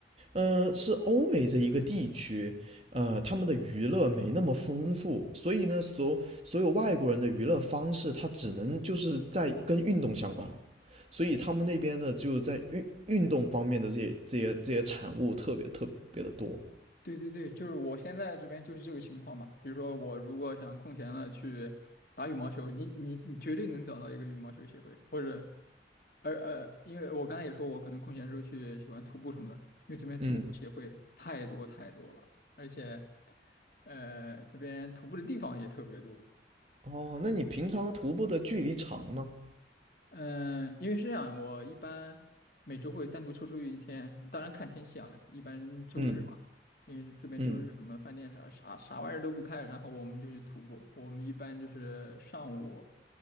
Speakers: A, on the right; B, on the left.
A: 嗯、是欧美这一个地区，呃，他们的娱乐没那么丰富，所以呢，所所有外国人的娱乐方式，他只能就是在跟运动相关了，所以他们那边的就在运运动方面的这些这些这些产物特别特别的多。
B: 对对对，就是我现在这边就是这个情况嘛。比如说我如果想空闲了去打羽毛球，你你你绝对能找到一个羽毛球协会，或者而呃，因为我刚才也说，我可能空闲时候去喜欢徒步什么的，因为这边徒步协会太多太多了，
A: 嗯，
B: 而且，呃，这边徒步的地方也特别多，
A: 哦，那你平常徒步的距离长吗？
B: 嗯，因为是这样，我一般每周会单独抽出一天，当然看天气啊，一般周日嘛，
A: 嗯
B: 因为这边周日什么饭店啥啥啥玩意儿都不开，
A: 嗯。
B: 然后我们就去徒步。我们一般就是上午